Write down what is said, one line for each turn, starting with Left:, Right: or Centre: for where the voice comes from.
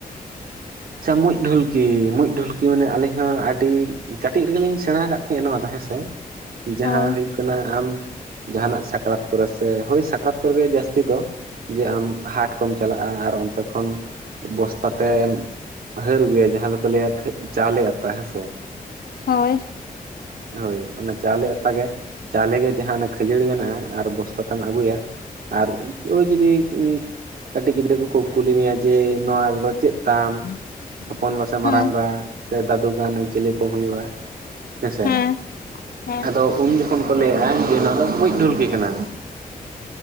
Right: ᱟᱪᱪᱷᱟ ᱢᱩᱸᱡ ᱰᱷᱩᱞᱠᱤ ᱢᱩᱸᱡ ᱰᱷᱩᱞᱠᱤ ᱢᱟᱱᱮ ᱟᱹᱞᱤᱧ ᱦᱚᱸ ᱟᱹᱰᱤ ᱠᱟᱹᱴᱤᱡ ᱨᱮᱜᱮᱞᱤᱧ ᱥᱮᱬᱟ ᱟᱠᱟᱫ ᱛᱟᱦᱮᱸᱜ ᱱᱚᱣᱟ ᱫᱚ ᱦᱮᱸ ᱥᱮ ᱡᱟᱦᱟᱸ
Left: ᱦᱳᱭ
Right: ᱦᱩᱭᱩᱜ ᱠᱟᱱᱟ ᱟᱢ ᱡᱟᱦᱟᱱᱟᱜ ᱥᱟᱠᱨᱟᱛ ᱠᱚᱨᱮ ᱥᱮ ᱦᱳᱭ ᱥᱟᱠᱨᱟᱛ ᱠᱚᱨᱮ ᱜᱮ ᱡᱟᱹᱥᱛᱤ ᱫᱚ ᱡᱮ ᱟᱢ ᱦᱟᱴ ᱠᱚᱢ ᱪᱟᱞᱟᱜᱼᱟ ᱟᱨ ᱚᱱᱛᱮ ᱠᱷᱚᱱ ᱵᱚᱥᱛᱟ ᱛᱮᱢ ᱦᱟᱹᱨ ᱟᱹᱜᱩᱭᱟ ᱡᱟᱦᱟᱸ ᱫᱚᱠᱚ ᱞᱟᱹᱭᱟ ᱪᱟᱣᱞᱮ ᱟᱛᱟ ᱦᱮᱸ ᱥᱮ
Left: ᱦᱳᱭ
Right: ᱦᱳᱭ ᱚᱱᱟ ᱪᱟᱣᱞᱮ ᱟᱛᱟ ᱜᱮ ᱪᱟᱣᱞᱮ ᱡᱟᱦᱟᱸ ᱚᱱᱟ ᱠᱷᱟᱹᱡᱟᱹᱲᱤ ᱢᱮᱱᱟᱜᱼᱟ ᱟᱨ ᱵᱚᱥᱛᱟ ᱛᱮᱢ ᱟᱹᱜᱩᱭᱟ ᱟᱨ <inaudible> ᱡᱩᱫᱤ ᱠᱟᱹᱴᱤᱡ ᱜᱤᱫᱽᱨᱟᱹ ᱠᱚᱠᱚ ᱠᱩᱞᱤ ᱢᱮᱭᱟ ᱡᱮ ᱱᱚᱣᱟ ᱨᱮᱫᱚ ᱪᱮᱫ ᱛᱟᱢ
Left: <unintelligible>
Right: ᱦᱚᱯᱚᱱᱵᱟ ᱥᱮ ᱢᱟᱨᱟᱝᱵᱟ
Left: ᱦᱮᱸ
Right: ᱥᱮ ᱫᱟᱹᱫᱩ ᱜᱟᱱ ᱪᱤᱞᱤ ᱠᱚᱢ ᱦᱩᱭᱩᱜᱼᱟ ᱦᱮᱸᱥᱮ
Left: ᱦᱮᱸ ᱦᱮᱸ
Right: ᱟᱫᱚ ᱩᱱ ᱡᱚᱠᱷᱚᱱ ᱠᱚ ᱞᱟᱹᱭᱮᱫᱼᱟ ᱡᱮ ᱱᱚᱣᱟ ᱫᱚ ᱢᱩᱡ ᱰᱷᱚᱞᱠᱤ ᱠᱟᱱᱟ